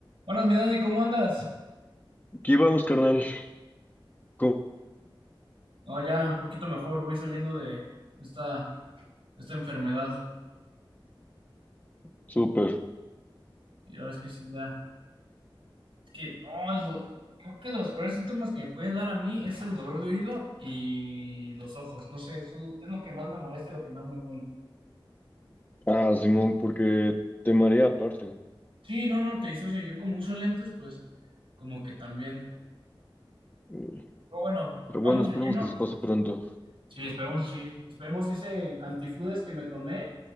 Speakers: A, on the right; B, on the left.
A: Buenas, mi Dani, ¿cómo andas?
B: Aquí vamos, carnal. Co-
A: No, ya un poquito mejor, voy saliendo de esta, esta enfermedad.
B: Súper.
A: Y la verdad es que sí, ya. Es que, no, el do- creo que de los peores síntomas que me pueden dar a mí es el dolor de oído y los ojos. No sé, son- es lo que más me molesta y lo que más me duele.
B: Ah, Simón, porque te marea aparte.
A: Sí, no, no, te disocia. Yo como uso lentes, pues como que también.
B: Eh,
A: Pero bueno,
B: Pero
A: vamos
B: bueno, esperemos
A: de lleno.
B: que se pase pronto.
A: Sí, esperemos, que sí. Esperemos que ese antifludes que me tomé